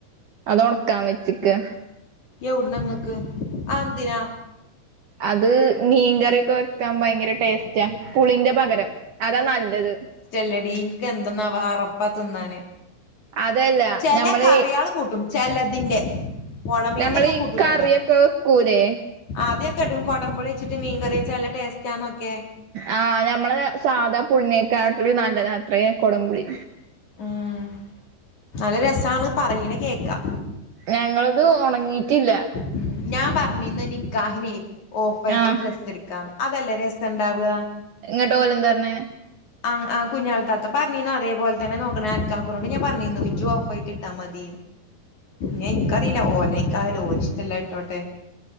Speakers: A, on the right; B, on the left.
A: അത് ഉണക്കാം വെച്ചിക്ക്
B: എവിടുന്നങ്ങക്ക് ആ എന്തിനാ
A: അത് മീൻകറിയൊക്കെ വെക്കാൻ ഭയങ്കര ടേസ്റ്റാ പുളിന്റെ പകരം അതാ നല്ലത്
B: ല്ലടി എനിക്ക് എന്തന്നാവാ അറപ്പാ തിന്നാന്
A: അതല്ല
B: ചില
A: ഞമ്മള്
B: കറിയള് കൂട്ടും ചിലതിൻ്റെ ഒളമീന്റൊന്നും
A: ഞമ്മളീ
B: കൂട്ടൂലട്ടോ
A: കറിയൊക്കെ വെക്കൂലേ
B: അതെ കൊടമ്പൊളി വച്ചിട്ട് മീൻകറി വെച്ചാ നല്ല ടേസ്റ്റ്ന്നൊക്കെ
A: ആ ഞമ്മളെ സാധാ പുളി നാക്കിട്ടം നല്ലതാ അത്രയും കൊടംപുളി
B: ഉം നല്ല രസാണ് പറയീനെ കേക്കാ
A: ഞങ്ങളത് ഉണങ്ങിട്ടില്ല
B: ഉം ഞാൻ പറഞ്ഞിന്ന് നിക്കാഹിനെ ഓഫ് വൈറ്റ്
A: ആഹ്
B: ഡ്രസ്സ് എടുക്കാന്ന് അതെല്ലാം രസം ഉണ്ടാവുക
A: ഇങ്ങട്ട് ഓലെന്താ പറഞ്ഞെ
B: ആ ആ കുഞ്ഞാൾ താത്ത പറഞ്ഞിനു അതേപലെ തന്നെ നോക്കണ ആക്കാക്കനോട് ഞാൻ പറഞ്ഞിരുന്നു ഇജും ഓഫ് വൈറ്റിട്ടാ മതി ഞാൻ ഇനിക്കറിയില്ല ഓലെ നിക്കാഹലെ ഓല് ഇഷ്ടളെ ഇട്ടോട്ടെ